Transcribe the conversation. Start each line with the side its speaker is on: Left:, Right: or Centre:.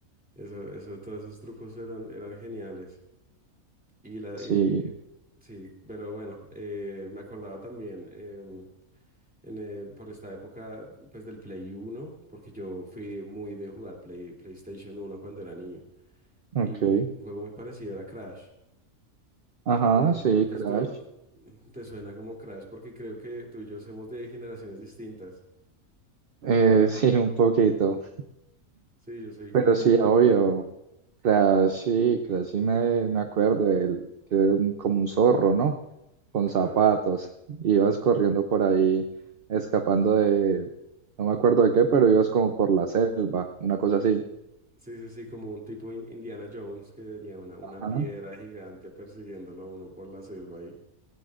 Centre: Eso, eso, todos esos trucos eran, eran geniales. Y la,
Right: Sí,
Centre: y sí, pero bueno, eh, me acordaba también em, en, eh, por esta época, pues del Play Uno, porque yo fui muy de jugar Play, PlayStation Uno cuando era niño.
Right: ok.
Centre: Y un juego muy parecido era Crash.
Right: Ajá,
Centre: Eh,
Right: sí,
Centre: yo no sé
Right: Crash.
Centre: si tú- te suena como Crash, porque creo que tú y yo somos de generaciones distintas.
Right: Eh, <laughs> sí, un poquito.
Centre: Sí, yo soy
Right: Pero
Centre: como una,
Right: sí, obvio. Crash, sí, Crash, sí me, me acuerdo de él, que era un- como un zorro, ¿no? Con
Centre: claro.
Right: zapatos. Ibas corriendo por ahí, escapando de, no me acuerdo de qué, pero ibas como por la selva, una cosa así.
Centre: Sí, sí, sí, como un tipo in- Indiana Jones que tenía una, una
Right: Ajá.
Centre: piedra gigante persiguiéndolo a uno por la selva y